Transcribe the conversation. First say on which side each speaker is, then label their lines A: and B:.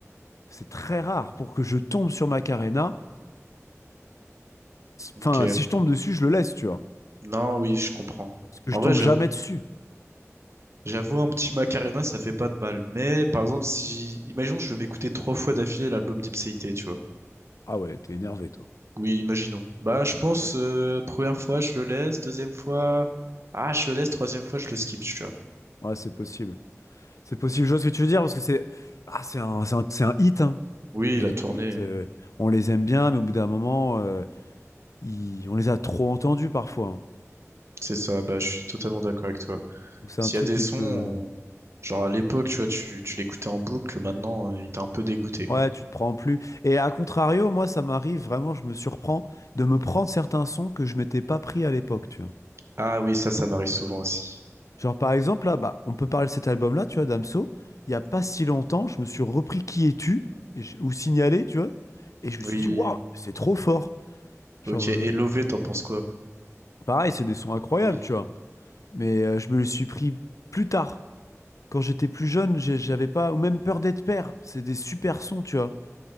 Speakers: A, on the left; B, on the right.
A: c'est très rare pour que je tombe sur Macarena.
B: ok.
A: Enfin, si je tombe dessus, je le laisse, tu vois.
B: Non, oui, je comprends.
A: Parce que
B: En
A: je
B: vrai,
A: tombe
B: j'avoue.
A: jamais dessus.
B: J'avoue, un petit Macarena, ça fait pas de mal. Mais, par exemple, si, imaginons, je veux m'écouter trois fois d'affilée l'album d'Ipséité, tu vois.
A: Ah ouais, t'es énervé, toi.
B: Oui, imaginons. Bah, je pense,
A: Ok.
B: euh, première fois, je le laisse, deuxième fois, ah, je le laisse, troisième fois, je le skip, tu vois.
A: Ouais, c'est possible. C'est possible, je vois ce que tu veux dire, parce que c'est ah, c'est un, c'est un, c'est un hit. hein.
B: Oui,
A: Et
B: la
A: les
B: tournée,
A: hits, euh, on les aime bien, mais au bout d'un moment, euh, ils- on les a trop entendus parfois. hein.
B: c'est ça, bah, je suis totalement d'accord avec toi.
A: Donc c'est
B: S'il
A: un truc
B: y a des
A: qui
B: sons,
A: peut...
B: on- genre à l'époque, tu vois, tu, tu l'écoutais en boucle, maintenant, euh, il t'a un peu dégoûté, quoi.
A: Ouais, tu te prends plus. Et à contrario, moi, ça m'arrive vraiment, je me surprends de me prendre certains sons que je m'étais pas pris à l'époque, tu vois.
B: Ah oui, ça, ça m'arrive souvent aussi.
A: Genre, par exemple, là, bah, on peut parler de cet album-là, tu vois, Damso. Il y a pas
B: Mhm.
A: si longtemps, je me suis repris Qui es-tu? Et je- ou Signalé, tu vois. Et je me suis
B: Oui.
A: dit, waouh, c'est trop fort. Genre,
B: Ok. Et
A: euh,
B: Lové, t'en penses quoi?
A: pareil, c'est des sons incroyables,
B: Oui.
A: tu vois. Mais euh, je me les suis pris plus tard. Quand j'étais plus jeune, j'ai- j'avais pas, ou même peur d'être père. C'est des super sons, tu vois.